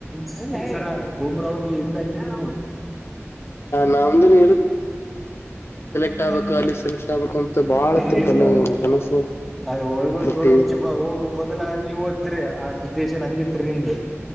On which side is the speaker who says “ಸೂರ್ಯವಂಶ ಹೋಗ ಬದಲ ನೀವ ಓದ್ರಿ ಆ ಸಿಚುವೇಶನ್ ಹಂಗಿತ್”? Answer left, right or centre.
Centre